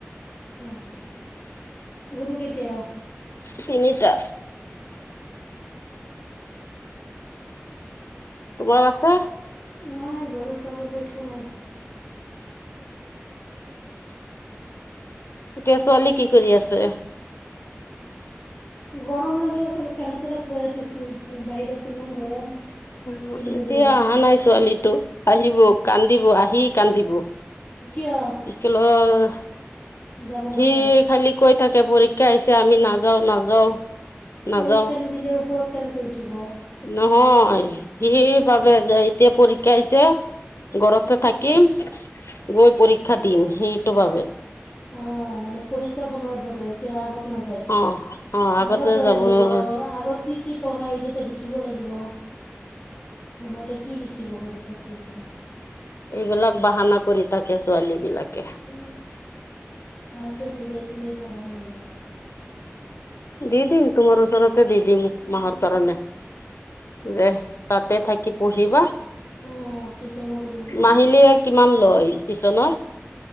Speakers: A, on the left (about 40°); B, on the left (about 60°).
A: অ গৰু কেইটা?
B: তিনিটা। তোমাৰ আছে?
A: নাই গৰু ছাগলী একো নাই।
B: এতিয়া
A: গৰু
B: ছোৱালী
A: ছাগ
B: কি কৰি আছে?
A: গৰম লাগি আছে ফেনত তলত শুৱাই থৈছো, বাহিৰত ইমান গৰম।
B: অ'
A: খেলিব
B: এতিয়া
A: দিয়া
B: অহা নাই ছোৱালীটো আহিব কান্দিব আহি কান্দিব।
A: কিয়
B: স্কুলত
A: যাব
B: সি
A: নাচায়
B: খালি কৈ থাকে পৰীক্ষা। আহিছে আমি নাযাও নাযাও। নাযাও
A: পৰীক্ষা নিদিলে ওপৰত কেনেকে উঠিব।
B: নহয় সি ভাবে যে এতিয়া পৰীক্ষা আহিছে। ঘৰতে থাকিম গৈ পৰীক্ষা দিম সেইটো বাবে।
A: অ মানে পৰীক্ষাৰ সময়ত যাব এতিয়া আগত। নাযায়।
B: অ অ আগতে
A: আগত যাব লাগিব
B: উম
A: আগত কি কি পঢ়াই। শিকিব লাগিব। নহ'লে কি লিখিব পৰীক্ষাত গৈ কেনে।
B: এইবিলাক বাহানা কৰি থাকে ছোৱালী। বিলাকে
A: উ ভালকে বুজাই তুজাই পঢ়াব লাগিব।।
B: দি দিম তোমাৰ ওচৰতে দি দিম মাহৰ কাৰণে। যে তাতে থাকি পঢ়িবা।
A: অঁ টিউচনো কৰিব পাৰিব
B: মাহিলীয়ে কিমান লয় টিউশ্যনত?